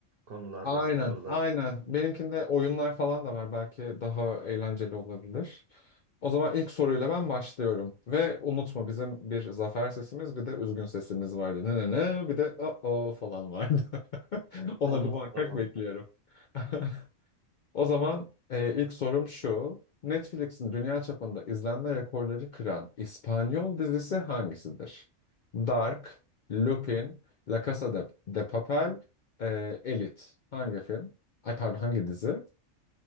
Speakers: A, on the right; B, on the left.
A: konulardan
B: Aynen,
A: sorular.
B: aynen. Benimkinde oyunlar falan da var. Belki daha eğlenceli olabilir. O zaman ilk soruyla ben başlıyorum. Ve unutma bizim bir zafer sesimiz bir de üzgün sesimiz vardı. Ne ne ne bir de o o falan vardı. <laughs> Onları
A: Tamam,
B: muhakkak
A: tamam.
B: bekliyorum. <laughs> O zaman e, ilk sorum şu. Netflix'in dünya çapında izlenme rekorları kıran İspanyol dizisi hangisidir? Dark, Lupin, La Casa de, de Papel, e, Elite. Hangi film? Ay pardon hangi dizi?